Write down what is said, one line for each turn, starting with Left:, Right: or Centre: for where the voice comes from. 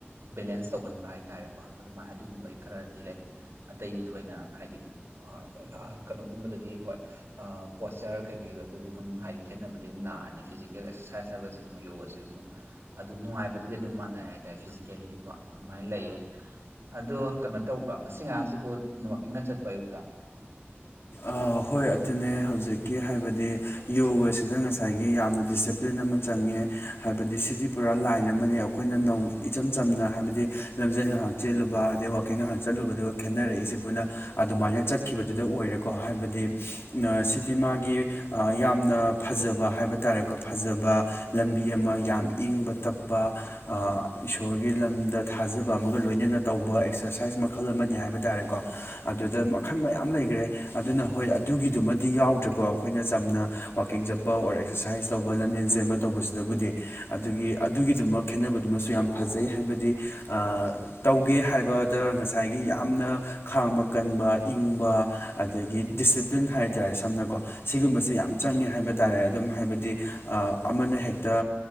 Right: ꯕꯦꯂꯦꯟꯁ ꯇꯧꯍꯟꯕ ꯍꯥꯏꯇꯥꯔꯦꯀꯣ ꯑꯗꯨꯃꯥꯏ ꯑꯗꯨꯒꯨꯝꯕꯒꯤ ꯈꯔꯗꯤ ꯂꯩ ꯑꯇꯩꯗꯤ ꯊꯣꯏꯅ ꯍꯥꯏꯗꯤ ꯍꫭꯏ ꯑ ꯑ ꯀꯩꯅꯣꯒꯨꯝꯕꯗꯗꯤ ꯍꯣꯏ ꯑ ꯄꯣꯁꯆꯔ ꯀꯩ ꯀꯩꯗꯕꯨꯣꯏꯗꯤ ꯑꯗꯨꯝ ꯍꯥꯏꯗꯤ ꯈꯦꯠꯅꯕꯗꯤ ꯑꯗꯨꯝ ꯂꯥꯛꯑꯅꯤ ꯐꯤꯖꯤꯛ ꯀꯦꯜ ꯑꯦꯛꯁꯔꯁꯥꯏꯁ ꯍꯥꯏꯕꯁꯤꯒ ꯑꯃꯨꯛ ꯌꯣꯒꯁꯤ ꯑꯃꯨꯛ ꯑꯗꯨ ꯅꯨꯡꯉꯥꯏꯕꯗꯨꯗꯤ ꯑꯗꯨꯝ ꯃꯥꯟꯅꯔꯦ ꯍꯥꯏꯇꯥꯔꯦ ꯐꯤꯖꯤꯀꯦꯜꯂꯤꯗꯤꯀꯣ ꯑꯗꯨꯃꯥꯏꯅ ꯂꯩꯌꯦ꯫ ꯑꯗꯣ ꯀꯩꯅꯣ ꯇꯧꯕ꯭ꯔꯥ ꯉꯁꯤ ꯉꯔꯥꯡꯁꯤꯕꯨ ꯋꯥꯋꯀꯤꯡꯒ ꯆꯠꯄ ꯑꯌꯨꯛꯇ꯫
Left: ꯑꯥ ꯍꯣꯏ ꯑꯗꯨꯅꯦ ꯍꯧꯖꯤꯛꯀꯤ ꯍꯥꯏꯕꯗꯤ ꯌꯣꯒꯁꯤꯗ ꯉꯁꯥꯏꯒꯤ ꯌꯥꯝꯅ ꯗꯤꯁꯁꯤꯞ ꯄ꯭ꯂꯤꯟ ꯑꯃ ꯆꯪꯉꯦ ꯍꯥꯏꯕꯗꯤ ꯁꯤꯗꯤ ꯄꯨꯔꯥ ꯂꯥꯏꯟ ꯑꯃꯅꯦ ꯑꯈꯣꯏꯅ ꯅꯩ ꯏꯆꯝ ꯆꯝꯅ ꯍꯥꯏꯕꯗꯤ ꯂꯝꯖꯦꯟ ꯉꯥꯏꯍꯥꯛ ꯆꯦꯜꯂꯨꯕ ꯑꯗꯩ ꯋꯥꯛꯀꯤꯡ ꯉꯥꯏꯍꯥꯛ ꯆꯠꯂꯨꯕꯗꯨꯒ ꯈꯦꯠꯅꯔꯛꯏꯁꯤꯕꯨꯅ ꯑꯗꯨꯃꯥꯏꯅ ꯆꯠꯈꯤꯕꯗꯨꯗ ꯑꯣꯏꯔꯦꯀꯣ ꯍꯥꯏꯕꯗꯤ <unintelligible> ꯅꯥ ꯁꯤꯗꯤ ꯃꯥꯒꯤ ꯑꯥ ꯌꯥꯝꯅ ꯐꯖꯕ ꯍꯥꯏꯕ ꯇꯥꯔꯦꯀꯣ ꯐꯖꯕ ꯂꯝꯕꯤ ꯑꯃ ꯌꯥꯝ ꯏꯪꯕ ꯇꯞꯄ ꯑꯥ ꯏꯁꯣꯔꯒꯤ ꯂꯝꯗ ꯊꯥꯖꯕ ꯑꯃꯒ ꯂꯣꯏꯅꯅ ꯇꯧꯕ ꯑꯦꯛꯁꯔꯁꯥꯏꯁ ꯃꯈꯜ ꯑꯃꯅꯤ ꯍꯥꯏꯕ ꯇꯥꯔꯦꯀꯣ꯫ ꯑꯗꯨꯗ ꯃꯈꯟ ꯃꯌꯥꯝ ꯂꯩꯒ꯭ꯔꯦ ꯑꯗꯨꯅ ꯍꯣꯏ ꯑꯗꯨꯒꯤꯗꯨꯃꯗꯤ ꯌꯥꯎꯗ꯭ꯔꯦꯀꯣ ꯑꯈꯣꯏꯅ ꯆꯝꯅ ꯋꯥꯛꯀꯤꯡ ꯆꯠꯄ ꯑꯣꯔ ꯑꯦꯛꯁꯔꯁꯥꯏꯁ ꯇꯧꯕ ꯂꯝꯖꯦꯟ ꯆꯦꯟꯕ ꯇꯧꯕꯁꯤꯗꯕꯨꯗꯤ ꯑꯗꯨꯒꯤ ꯑꯗꯨꯒꯤꯗꯨꯃ ꯈꯦꯠꯅꯕꯗꯨꯃꯁꯨ ꯌꯥꯝ ꯐꯖꯩ ꯍꯥꯏꯕꯗꯤ ꯑꯥ ꯇꯧꯒꯦ ꯍꯥꯏꯕꯗ ꯉꯁꯥꯏꯒꯤ ꯌꯥꯝꯅ ꯈꯥꯡꯕ ꯀꯟꯕ ꯏꯤꯡꯕ ꯑꯗꯒꯤ ꯗꯤꯁꯁꯤꯄ꯭ꯂꯤꯟ ꯍꯥꯏꯇꯥꯔꯦ ꯁꯝꯅꯀꯣ ꯁꯤꯒꯨꯝꯕꯁꯦ ꯌꯥꯝ ꯆꯪꯉꯦ ꯍꯥꯏꯕ ꯇꯥꯔꯦ ꯑꯗꯨꯝ ꯍꯥꯏꯕꯗꯤ ꯑꯥ ꯑꯃꯅ ꯍꯦꯛꯇ